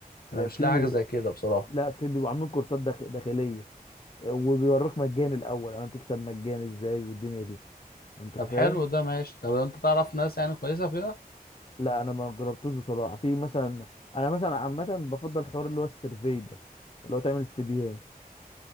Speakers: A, on the left; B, on the left.
A: انا
B: آه،
A: مش
B: في
A: لاقي حاجه زي كده بصراحه
B: لا في بيبقوا عاملين كورسات داخ- داخليه آه، وبيوروك مجاني الاول يعني تكسب مجاني ازاي والدنيا دي انت
A: طب
B: فاهم
A: حلو ده ماشي طب انت تعرف ناس يعني كويسه فيها
B: لا انا ما جربتوش بصراحه في مثلا انا مثلا عامه بفضل حوار اللي هو السيرفي ده اللي هو تعمل استبيان